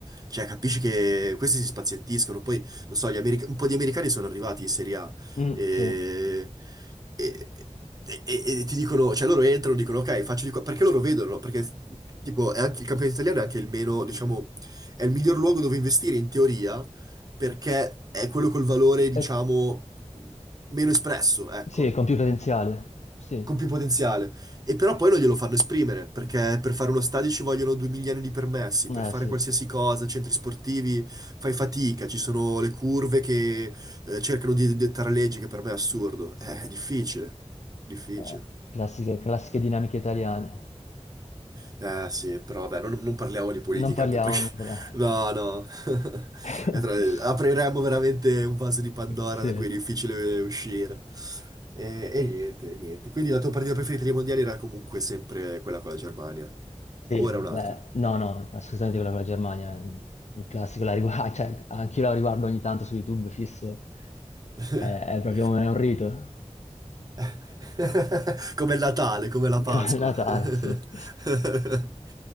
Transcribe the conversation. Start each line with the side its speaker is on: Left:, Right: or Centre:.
Right: cioè capisci che questi si spazientiscono. Poi, non so, gli americ- un po' di americani sono arrivati in Serie A
Left: Mm,
Right: e,
Left: sì.
Right: e- e- e- e ti dicono, cioè loro entrano, e dicono ok, faccio di qua, perché loro vedono, no? perché tipo è anche, il campionato italiano è anche il meno, diciamo, è il miglior luogo dove investire in teoria perché è quello col valore, diciamo,
Left: E-
Right: meno espresso, ecco,
Left: sì, con più potenziale, sì,
Right: con più potenziale. E però poi non glielo fanno esprimere, perché per fare uno stadio ci vogliono 2 milioni di permessi, per
Left: eh
Right: fare
Left: sì.
Right: qualsiasi cosa, centri sportivi, fai fatica, ci sono le curve che eh, cercano di dettare leggi, che per me è assurdo. Eh, È difficile, difficile.
Left: Eh, classiche, classiche dinamiche italiane.
Right: Eh sì, però vabbè, non, non parliamo di politica
Left: Non parliamo,
Right: anche perché...
Left: non parliamo.
Right: <laughs> No, no. <laughs>
Left: <laughs>
Right: E tra- Apriremmo veramente un vaso di Pandora
Left: Sì,
Right: da cui è difficile uscire. E, e niente, niente. Quindi la tua partita preferita dei mondiali era comunque sempre quella con la Germania.
Left: sì,
Right: Ora un'altra.
Left: beh, no, no, assolutamente quella con la Germania, è un classico, la rigua- <laughs> cioè, anch'io la riguardo ogni tanto su YouTube fisso,
Right: <laughs>
Left: è, è proprio un, è un rito,
Right: <laughs> Come il Natale, come la
Left: <laughs>
Right: Pasqua.
Left: come il Natale,
Right: <laughs>
Left: sì,